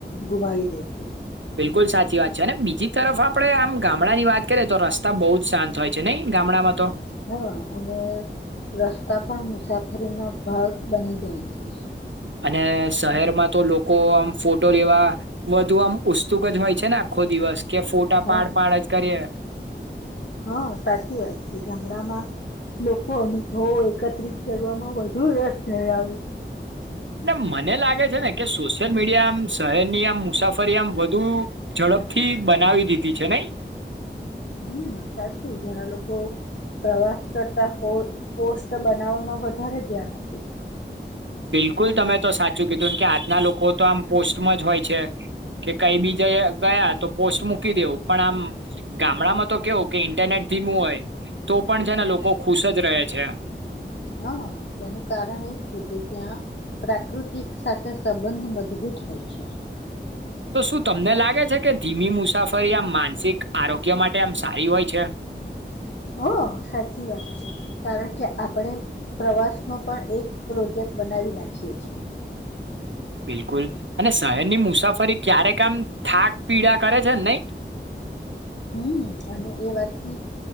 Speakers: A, on the left (about 70°); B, on the right (about 80°).
A: ગુમાવી દે છે.
B: બિલકુલ સાચી વાત છે ને બીજી તરફ આપણે આમ ગામડાની વાત કરીએ તો રસ્તા બઉ જ શાંત હોય છે નઈ ગામડામાં તો.
A: હા અને રસ્તા પણ મુસાફરી ના ભાગ બની જાય છે.
B: અને શહેરમાં તો લોકો આમ ફોટો લેવા વધુ આમ ઉત્સુક જ હોય છે ને આખો દિવસ. કે ફોટા
A: હા
B: પાડ પાડ જ કરીએ.
A: હા સાચી વાત છે ગામડામાં લોકો અનુભવો એકત્રિત કરવામાં વધુ રસ ધરાવે છે.
B: ને મને લાગે છે ને કે સોશિયલ મીડિયા આમ શહેરની આમ મુસાફરી આમ વધુ ઝડપથી બનાવી દીધી છે નઈ.
A: હમ સાચું ઘણા લોકો પ્રવાસ કરતા સ્પષ્ટ બનાવવામાં વધારે ધ્યાન આપે છે.
B: બિલકુલ તમે તો સાચું કીધું કે આજના લોકો તો આમ પોસ્ટમાં જ હોય છે. કે કઈ બીજાયા ગયા. તો પોસ્ટ મૂકી દેવું પણ આમ ગામડામાં તો કેવું કે ઇન્ટરનેટ ધીમું હોય તો પણ છે ને લોકો ખુશ જ રહે છે.
A: હા તેનું કારણ એ જ છે કે ત્યાં પ્રાકૃતિક સાથે સંબંધ મજબૂત હોય છે.
B: તો શું તમને લાગે છે કે ધીમી મુસાફરી આમ માનસિક આરોગ્ય માટે આમ સારી હોય છે.
A: હા સાચી વાત છે કારણ કે આપણે પ્રવાસ નો પણ એક પ્રોજેક્ટ બનાવી નાખ્યો છે.
B: બિલકુલ અને શહેરની મુસાફરી ક્યારે કામ થાક પીડા કરે છે ને નઈ.
A: હમ અને એ વાતચીત